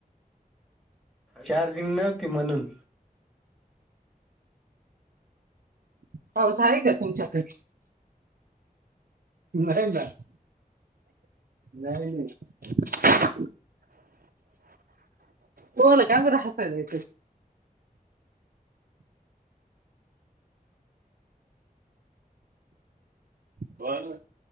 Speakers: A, in the centre; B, on the right.
A: चार्जिंग नव्हती म्हणून
B: पाऊस आहे का तुमच्याकडे नाही ना नाही नाही बोल काय बर हसल्यास बर